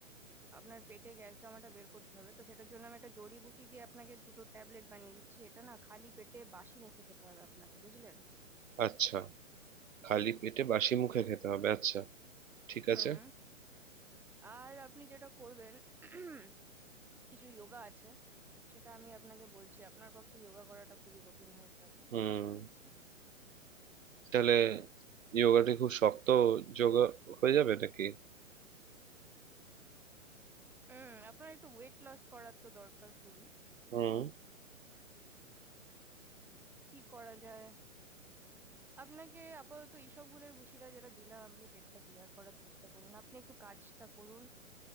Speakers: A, in the centre; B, on the right (about 70°).
A: আপনার পেটে গ্যাস জমাটা বের করতে হবে তো সেটার জন্য আমি একটা জড়িবুটি দিয়ে আপনাকে দুটো ট্যাবলেট বানিয়ে দিচ্ছি এটা না খালি পেটে বাসি মুখে খেতে হবে আপনাকে বুঝলেন
B: আচ্ছা খালি পেটে বাসি মুখে খেতে হবে আচ্ছা ঠিক
A: হুম
B: আছে
A: আর আপনি যেটা করবেন <clears throat> কিছু যোগা আছে সেটা আমি আপনাকে বলছি আপনার পক্ষে যোগা করাটা খুবই কঠিন হয়ে যাবে
B: হুম
A: মনে হচ্ছে
B: তাহলে যোগাটি খুব শক্ত যোগা হয়ে যাবে নাকি
A: হুম আপনার একটু ওয়েট লস করার তো দরকার খুবই
B: হুম
A: তো কি করা যায় আপনাকে আপাতত এইসব গুলের ভুসিটা যেটা দিলাম আপনি পেটটা ক্লিয়ার করার চেষ্টা করুন আপনি একটু কাজটা করুন